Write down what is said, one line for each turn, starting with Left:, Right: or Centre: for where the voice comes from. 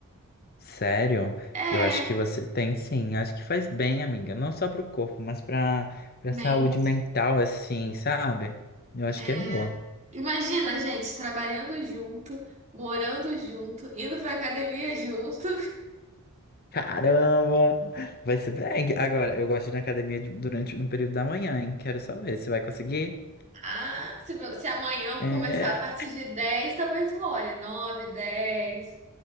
Left: Sério?
Right: É,
Left: Eu acho que você tem sim. Acho que faz bem, amiga. Não só pro corpo, mas pra, pra
Right: bem,
Left: saúde mental, assim, sabe? Eu acho
Right: é,
Left: que é boa.
Right: imagina gente trabalhando junto, morando junto, indo pra academia <laughs> junto.
Left: Caramba! Vai ser bem. Agora, eu gosto de ir na academia de- durante no período da manhã, hein? Quero só ver se vai conseguir.
Right: Ah, se, vo- se amanhã eu
Left: É,
Right: começar a partir de 10, talvez role. nove, 10,